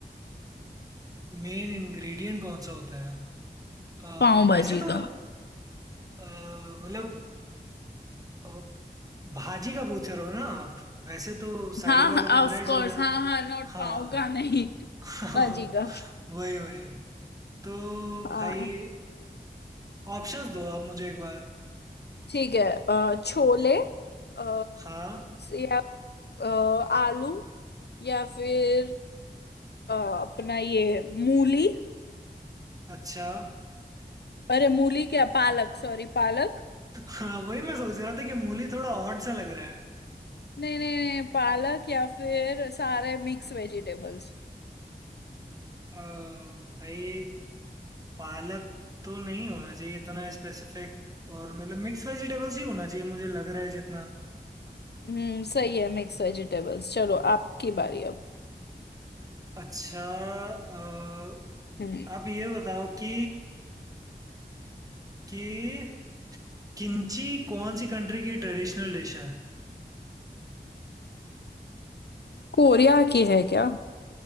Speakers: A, on the right; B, on the left.
A: मेन इंग्रेडिएंट कौन सा होता है अ,
B: पाव भाजी
A: ऐसे तो
B: का
A: अ, मतलब अ, भाजी का पूछ रहे हो ना आप वैसे तो साइड
B: हाँ
A: वाला तो ब्रेड
B: ऑफ कोर्स
A: हो गया
B: हाँ हाँ नॉट
A: हाँ
B: पाव का नहीं
A: <laughs>
B: भाजी का
A: वही वही तो
B: हाँ
A: भाई ऑप्शंस दो आप मुझे एक बार
B: ठीक है अ, छोले अ,
A: हाँ
B: या अ, आलू या फिर अ, अपना ये मूली
A: अच्छा
B: अरे मूली क्या पालक सॉरी पालक
A: हाँ वही मैं सोच रहा था कि मूली थोड़ा ऑड सा लग रहा है
B: नहीं नहीं नहीं पालक या फिर सारे मिक्स वेजिटेबल्स
A: अ, भाई पालक तो नहीं होना चाहिए इतना स्पेसिफिक और मतलब मिक्स वेजिटेबल्स ही होना चाहिए मुझे लग रहा है जितना
B: हम्म सही है मिक्स वेजिटेबल्स चलो आपकी बारी अब
A: अच्छा अ,
B: हम्म
A: आप ये बताओ कि कि किमची कौन सी कंट्री की ट्रेडिशनल डिश है
B: कोरिया की है क्या